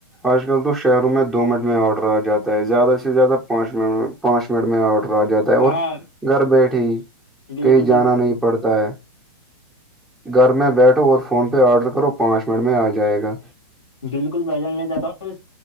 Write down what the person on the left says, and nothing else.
ہاں
بالکل
بالکل
بالکل بجان میں جاتا ہوں